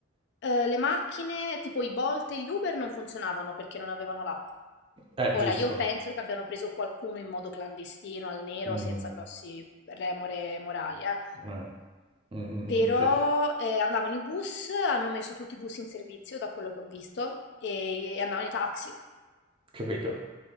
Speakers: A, on the left (about 55°); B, on the right (about 25°).
A: Ehm, le macchine, tipo i Bolt e gli Uber, non funzionavano perché non avevano l'app.
B: Eh,
A: Ora,
B: giusto.
A: io penso che abbiano preso qualcuno in modo clandestino, al nero,
B: Mm,
A: senza grossi remore morali, eh.
B: eh, mm, mm,
A: Però
B: mm, cioè,
A: eh, andavano i bus, hanno messo tutti i bus in servizio, da quello che ho visto, e, e andavano i taxi.
B: capito?